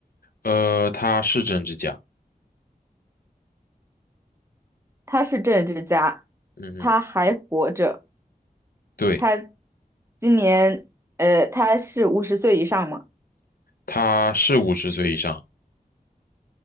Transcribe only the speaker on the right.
他是政治家，
他还活着。
他今年呃，他是五十岁以上吗？